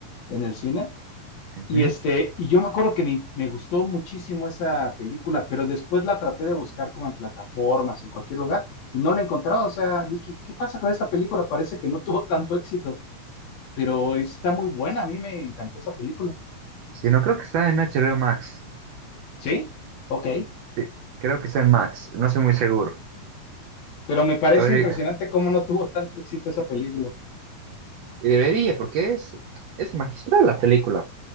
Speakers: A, on the left; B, on the right.
A: en el cine.
B: ujú.
A: Y, este, y yo me acuerdo que me, me gustó muchísimo esa película, pero después la traté de buscar como en plataformas, en cualquier lugar, y no la encontraba. O sea, dije, ¿qué pasa con esta película? Parece que no <laughs> tuvo tanto éxito, pero está muy buena. A mí me encantó esa película.
B: Sí, no creo que está en HBO Max.
A: ¿Sí? Ok.
B: Sí, creo que está en Max. No estoy muy seguro.
A: Pero me parece
B: A ver,
A: impresionante
B: y
A: cómo no tuvo tanto éxito esa película.
B: y debería, porque es, es magistral la película.